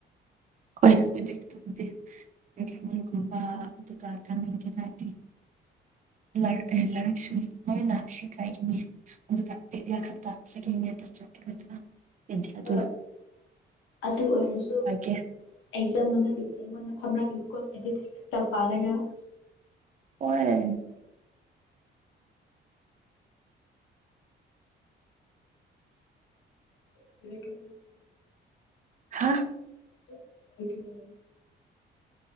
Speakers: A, on the right; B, on the left.
A: <unintelligible> ꯂꯥꯏꯔꯤ ꯂꯥꯏꯔꯤꯛꯁꯨ ꯂꯣꯏꯅ ꯁꯤꯒꯥꯏꯈꯤꯅꯤ ꯑꯗꯨꯒ ꯄꯦꯗꯤꯌꯥ ꯈꯠꯇ ꯁꯦꯀꯟ ꯌꯤꯔꯗ ꯆꯠꯈꯤꯕꯗꯨꯅ ꯄ‌ꯦꯗꯤꯑ
B: ꯍꯣꯏ
A: ꯗꯨ
B: ꯑꯗꯨ ꯑꯣꯏꯔꯁꯨ
A: ꯄꯥꯏꯒꯦ
B: ꯑꯦꯛꯖꯥꯝ ꯃꯅꯥꯛꯒꯤꯗꯤ ꯑꯩꯉꯣꯟꯗ ꯐꯝꯔꯛꯒꯅꯨꯀ‌ꯣ ꯄꯦꯗꯤꯛꯆꯤ ꯈꯛꯇ ꯄꯥꯔꯒ
A: ꯑꯣꯏ
B: <unintelligible>
A: ꯍꯥ
B: <unintelligible>